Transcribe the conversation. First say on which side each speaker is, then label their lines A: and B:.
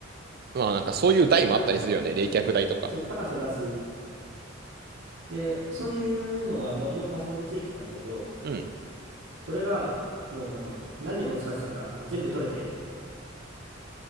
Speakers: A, on the right; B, on the right.
A: まあなんかそういう台もあったりするよね。
B: 高さ、
A: 冷却台とか。
B: うん、そう高さ出すで、そういうのがもともとパソコンについてたんだけど、
A: うん、
B: それがもうあの、何年も使ってたから全部取れて、